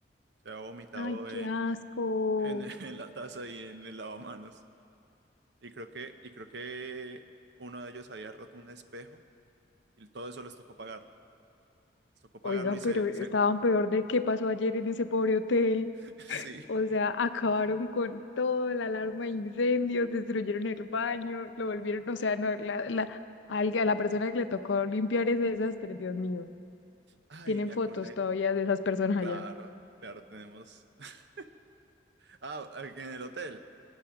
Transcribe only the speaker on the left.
Ay, qué asco.
Oiga,
pero estaban
peor de qué pasó ayer en ese pobre hotel.
O sea, acabaron con todo, la alarma de incendios, destruyeron el baño, lo volvieron, o sea, no, la, la, alguien- a la persona que le tocó limpiar ese desastre, Dios mío.
Tienen
fotos
todavía de esas personas
allá.